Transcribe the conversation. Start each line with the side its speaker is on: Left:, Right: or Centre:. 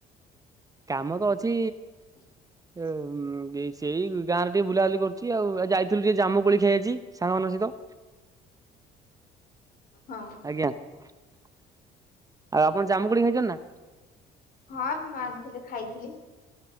Right: କାମ ତ ଅଛି
Left: <unintelligible>
Right: <inaudible> ଏ ସେଇ ଗାଁରେ ଟିକେ ବୁଲାବୁଲି କରୁଛି ଆଉ ଆଉ ଯାଇଥିଲୁ ଟିକେ ଜାମୁ କୋଳି ଖାଇ ଆଜି ସାଙ୍ଗମାନଙ୍କ ସହିତ।
Left: ହଁ।
Right: ଆଜ୍ଞା ଆଉ ଆପଣ ଜାମୁକୋଳି ଖାଇଛନ୍ତି ନା?
Left: ହଁ ମା ଆଣିଥିଲି ଖାଇଥିଲି।